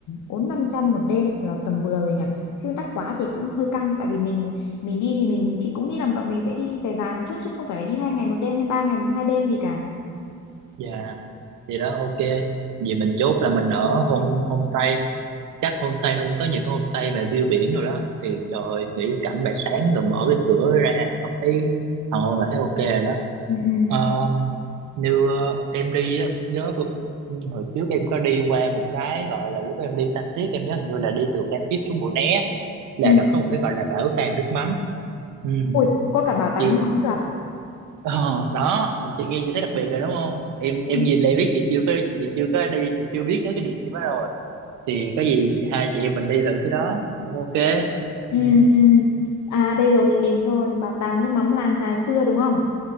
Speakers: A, on the left; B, on the right.
A: bốn năm trăm một đêm là tầm vừa rồi nhỉ. Chứ đắt quá thì cũng hơi căng tại vì mình mình đi thì mình chị cũng nghĩ là bọn mình sẽ đi dài dài một chút chứ không phải đi hai ngày một đêm hay ba ngày hai đêm gì cả.
B: dạ thì đó ok vì mình chốt là mình ở home homestay chắc homestay nó cũng có nhiều cái homestay mà view biển rồi đó thì trời ơi, nghĩ cảnh bài sáng rồi mở cái cửa ra không thấy hoàng hôn là thấy ok rồi đó
A: Ừ ừ.
B: Ờ, như ờ, em đi á, nhớ vừa- ừ, hồi trước em có đi qua một cái gọi là lúc em đi Phan Thiết em nhớ hình như là đi từ Phan Thiết xuống Mũi Né là
A: Ừ.
B: nó có một cái gọi là bảo tàng nước mắm ừ,
A: Ui, có cả bảo tàng
B: chị
A: nước mắm cơ à?
B: ờ, đó chị nghe chị thấy đặc biệt rồi đúng không em
A: Ừ.
B: em nhìn lại biết chị chưa có chị chưa có đi chị chưa biết tới cái địa điểm đó rồi thì có gì hai chị em mình đi thử cái đó cũng ok
A: Ừ,
B: ừ.
A: ừ. À đây rồi chị tìm rồi bảo tàng nước mắm làng chài xưa đúng không?